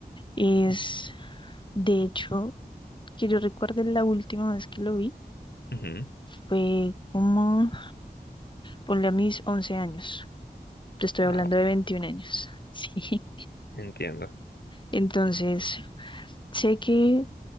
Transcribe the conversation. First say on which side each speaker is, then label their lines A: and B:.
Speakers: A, on the left (about 30°); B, on the left (about 80°).
A: es,
B: Mm.
A: de hecho... Que yo recuerde la última vez que lo vi
B: Ujú.
A: fue como, ponle a mis 11 años. Te estoy
B: Ah,
A: hablando
B: ok,
A: de 21 años. <laughs> Sí.
B: entiendo.
A: Entonces, sé que,